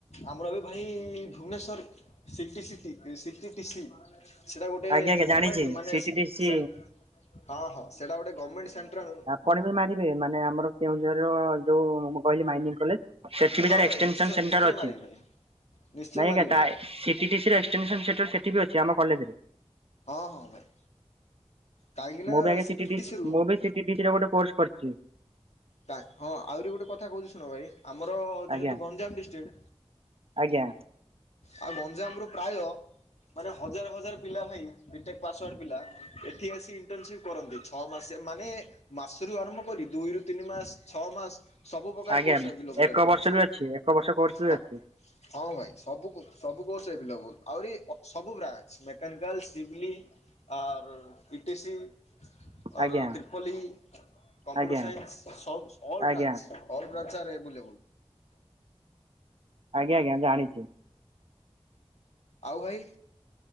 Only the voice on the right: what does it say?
ଆଜ୍ଞା ଆଜ୍ଞା
ଜାଣିଛି
ସିଟିଡିସି
ପଢ଼ିବେ ମାରିବେ ମାନେ ଆମର କେଉଁଝରର ଯୋଉ ମୁଁ କହିଲି ମାଇନିଂ କଲେଜ୍ ସେଠିବି
ତାର
ଏକ୍ସଷ୍ଟେନସନ
ସେଣ୍ଟର
ଅଛି
ନାଇଁ
ଆଜ୍ଞା ତା
ସିଟିଟିସିରେ ଏକ୍ସଷ୍ଟେନସନ ସେଣ୍ଟର ସେଠି ବି ଅଛି ଆମ କଲେଜେରେ।
ମୁଁ ବି ଆଜ୍ଞା
ସିଟିଟିସି ମୁଁ ବିି ସିଟିଟିସିରେ ଗୋଟେ କୋର୍ସ କରିଚି।
ଆଜ୍ଞା
ଆଜ୍ଞା
ଆଜ୍ଞା
ଏକ
ବର୍ଷ
ବି ଏକ ବର୍ଷ କୋର୍ସ ବି
ଅଛି
ଆଜ୍ଞା।
ଆଜ୍ଞା
ଆଜ୍ଞା
ଆଜ୍ଞା ଆଜ୍ଞା ଜାଣିଚି।